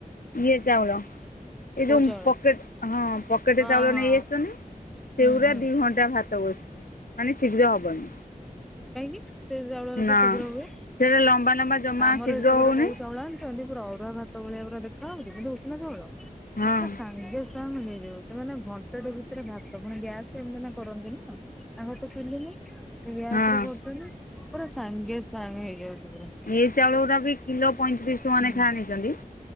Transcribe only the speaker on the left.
ଇଏ ଚାଉଳ ଏଇ ଯୋଉ
ପକେଟେ ହଁ ପକେଟ
ଚାଉଳ
ନେଇ ଆସଚନ୍ତି।
ସେଗୁଉା
ଦିଇ ଘଣ୍ଟା ଭାତ ବସୁଛି ମାନ ଶୀଘ୍ର ହବନି।
ନା
ସେଟା ଲମ୍ବା ଲମ୍ବା ଜମା
ଶୀଘ୍ର
ହଉନି
ହଁ
ହଁ
ଇଏ ଚାଉଳ ଗୁରା ବି କିଲୋ ପଇଁତିରିଶ ଟଙ୍କାନେଖାଇଏ
ଆଣିଚନ୍ତି।